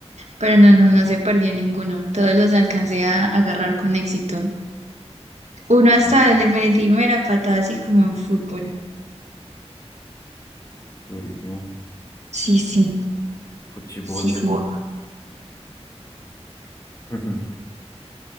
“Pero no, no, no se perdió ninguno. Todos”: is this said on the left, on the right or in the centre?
Right